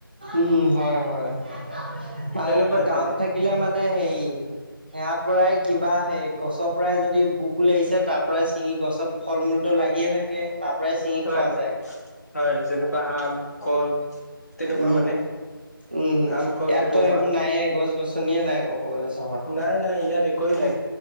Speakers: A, on the right; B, on the left.
A: উম হয়, হয় <unintelligible>
B: তেনেকুৱাই
A: গাঁৱত
B: মানে
A: থাক কিলে মানে হেৰি সেয়াৰ পৰাই কিবা সেই গছৰ পৰাই যদি ভোক। <unintelligible> লাগিছে তাৰ পৰাই চিঙি গছত ফল মূলটো লাগিয়ে থাকে তাৰ পৰাই চিঙি
B: হয়
A: খোৱা যায়।
B: হয় যেনেকুৱা আম কল। তেনেকুৱা
A: উম,
B: মানে
A: উম
B: আম কল
A: ইয়াততো
B: তেনেকুৱা
A: সেইবোৰ নাইয়ে গছ-গছনিয়ে নাই ক'ব গ'লে। <unintelligible>
B: নাই, নাই ইয়াত একোৱেই নাই।